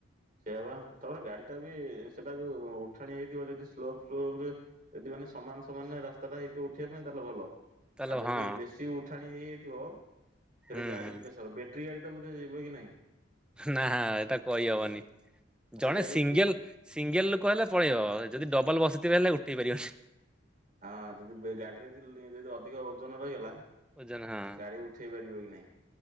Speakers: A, on the right; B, in the centre.
A: ସେଆ ବା ତାପରେ ଗାଡିଟା ବି ସେଟା ଯୋଉ ଉଠାଣି ହେଇଥିବ ଯଦି ସ୍ଲୋପ ସ୍ଲୋପ ରେ ଯଦି ମାନେ ସମାନ ସମାନ ରାସ୍ତା ଟା ହେଇଥିବ ଉଠିବା ପାଇଁ ତାହେଲେ ଭଲ।
B: ତାହେଲେ
A: ଆଉ ଯଦି
B: ହଁ
A: ବେଶୀ ଉଠାଣି ହେଇଯାଇ ଥିବ ସେଠୀ
B: ହୁଁ
A: ଗାଡିିକି
B: ହୁଁ
A: ପେଶର ବେ ବେଟ୍ରି ଗାଡି ତ ବୋଧେ ଯିବ କି ନାଇଁ?
B: ନା ଏଟା କହି ହବନି।
A: ସେଇ
B: ଜଣେ
A: ଗାଡି
B: ସିଙ୍ଗଲ ସିଙ୍ଗଲ ଲୋକ ହେଲେ ପଳେଇବ। ଯଦି ଡବଲ ବସିଥିବେ ହେଲେ ଉଠେଇ ପାରିବନି।
A: ହଁ ଯଦି ଗାଡିରେ ଯଦି ଅଧିକ ଓଜନ ରହିଗଲା
B: ଓଜନ ହଁ।
A: ଗାଡି ଉଠେଇ ପାରିବ କି ନାହିଁ।